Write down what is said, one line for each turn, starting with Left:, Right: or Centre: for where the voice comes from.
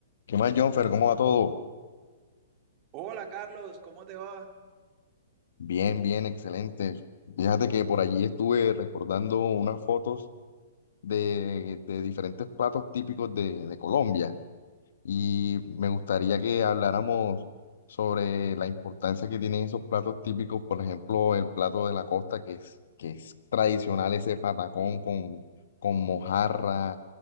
Left: ¿Qué más, Jonfer? ¿Cómo va todo?
Right: Hola Carlos, ¿cómo te va?
Left: Bien, bien, excelente. Fíjate que por allí estuve recordando unas fotos de, de diferentes platos típicos de, de Colombia y me gustaría que habláramos sobre la importancia que tienen esos platos típicos, por ejemplo, el plato de la costa, que es, que es tradicional, ese patacón con, con mojarra,